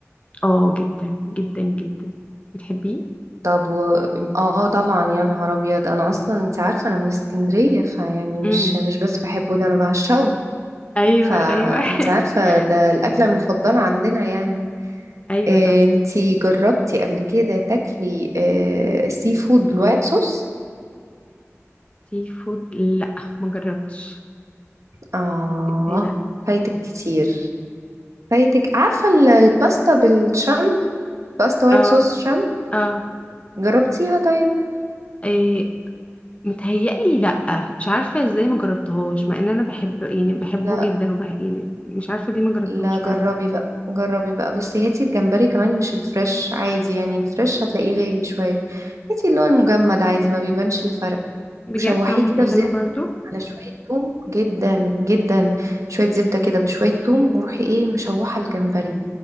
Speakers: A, on the left; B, on the right.
A: اه جدا جدا جدا بتحبيه
B: طب و... اه طبعا يا نهار ابيض انا اصلا انت عارفه انا من اسكندريه فيعني
A: امم
B: مش مش بس بحبه ده انا بعشقه
A: ايوه
B: فانت
A: ايوه <laughs>
B: عارفة ده الأكلة المفضلة عندنا يعني
A: ايوه
B: إيه،
A: طب
B: انت جربتي قبل كده تاكلي إيه، سي فود بالوايت صوص
A: سي فود لا ما جربتش
B: اه
A: ايه ده
B: فايتك كتير فايتك عارفة ال- الباستا بالشرمب باستا وايت
A: اه
B: صوص شرمب
A: اه
B: جربتيها طيب
A: إيه متهيألي لا مش عارفه ازاي ما جربتهاش مع ان انا بحب يعني بحبه
B: لا
A: جدا وبح يعني مش عارفه دي ما جربتهاش
B: لا جربي
A: فعلا
B: بقى جربي بقى بصي هاتي الجمبري كمان مش الفريش عادي يعني الفريش هتلاقيه غالي شوية هاتي اللي هو المجمد عادي ما بيبانش الفرق
A: بجد
B: وشوحيه
A: طعمه
B: كده
A: بيبقى
B: في
A: حلو
B: زبدة
A: برضو
B: على شوية توم جدا جدا شوية زبدة كده بشوية توم وروحي ايه مشوحة الجمبري